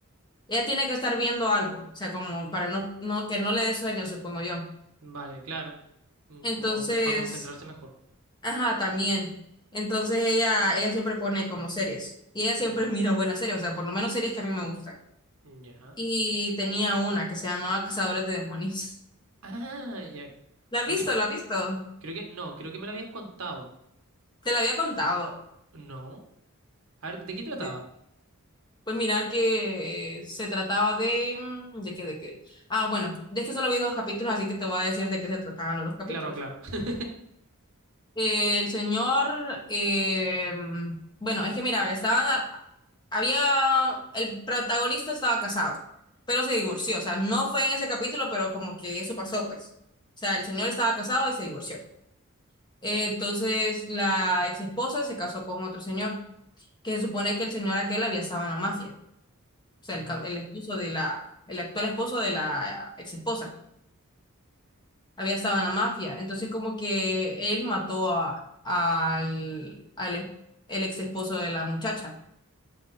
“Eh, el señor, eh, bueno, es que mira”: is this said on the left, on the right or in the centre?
Left